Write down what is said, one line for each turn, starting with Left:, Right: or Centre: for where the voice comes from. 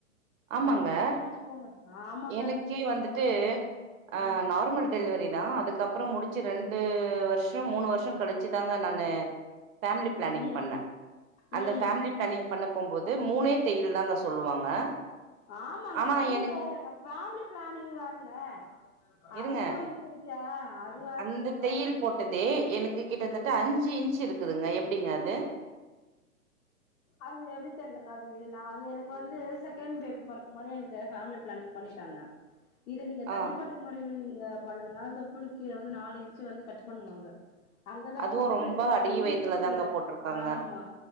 Right: ஆமாங்க
Left: பயங்கரமா இருந்துச்சு போங்க ஆமாங்க
Right: எனக்கே வந்துட்டு அ
Left: ம்
Right: நார்மல் டெலிவரி தா அதுக்கப்பறம் முடிச்சு ரெண்டு வருஷம் மூணு வருஷம் கழிச்சுதாங்க நானு ஃபேமிலி பிளாணிங்
Left: ம்
Right: பண்ணே அந்த
Left: ம்
Right: ஃபேமிலி பிளானிங் பண்ண போம்போது மூணே தையல் தாங்க சொல்லுவாங்க
Left: ஆமாங்க
Right: ஆனா
Left: அது
Right: எனக்
Left: வேறங்க ஃபேமிலி பிளானிங் வேறங்க
Right: இருங்க
Left: அதுக்கு இதுக்கு வித்தியா அது வேறங்க
Right: அந்த
Left: இது
Right: தையல்
Left: வேற
Right: போட்டதே எனக்கு கிட்டத்தட்ட அஞ்சு இன்ச் இருக் குதுங்க எப்டிங்க அது
Left: அது எப்டி தெர்லங்க அது நா வந்து எனக்கு வந்து செகண்ட் பேபி பெறக்கும்போதே எனக்கு ஃபேமிலி பிளானிங் பண்ணிட்டாங்க <inaudible> இது நீங்க தனிப்பட்ட
Right: ஆ
Left: மொறையில நீங்க பண்ணனால தொப்புல் கீழ வந்து நாலு இன்ச்சு வந்து கட் பண்ணுவாங்க அங்கதா
Right: அதுவு
Left: வந்து
Right: ரொம்ப அடி
Left: அ யூட்ரிஸோட
Right: வயித்துல தாங்க போட்ருக்காங்க
Left: ஆமா